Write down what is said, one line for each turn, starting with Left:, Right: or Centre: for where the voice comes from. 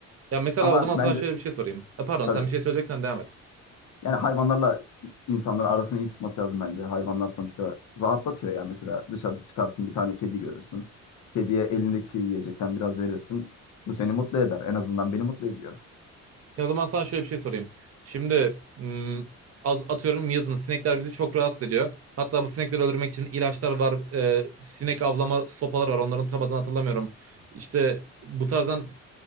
Right: Ya mesela
Left: Ama
Right: o zaman sana
Left: bence
Right: şöyle bir şey sorayım. Ha, pardon
Left: tabii
Right: sen bir şey söyleyeceksen devam et.
Left: Yani hayvanlarla insanlar arasını iyi tutması lazım bence. Hayvanlar sonuçta rahatlatıyor ya. Mesela dışarıda çıkarsın bir tane kedi görürsün. Kediye elindeki yiyecekten biraz verirsin. Bu seni mutlu eder. En azından beni mutlu ediyor.
Right: Ya o zaman sana şöyle bir şey sorayım. Şimdi m, az atıyorum yazın sinekler bizi çok rahatsız ediyor. Hatta bu sinekleri öldürmek için ilaçlar var. e, sinek avlama sopalar var. Onların tam adını hatırlamıyorum. İşte bu tarzdan